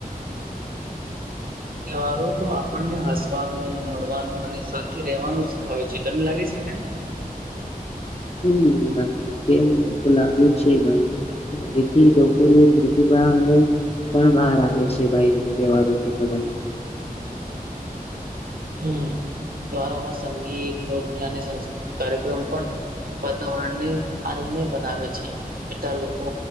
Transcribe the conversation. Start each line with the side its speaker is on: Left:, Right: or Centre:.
Right: તહેવારો તો આપણને હસવાનું, મળવાનું અને સાથે રેવાનું શીખાવે છે, તને લાગે છે કઈ <unintelligible> <inaudible> <inaudible>
Left: હમ્મ વાત તો તેમ લાગે છે ભાઈ એથી લોકોની પ્રતિભા અને પણ બહાર આવે છે ભાઈ તહેવારથી તો ભાઈ
Right: હમ્મ તહેવારોમાં સંગીત, નૃત્ય અને સંસ્કૃત કાર્યક્રમ પણ વાતાવરણને આનંદમય બનાવે છે, કેટલા લોકો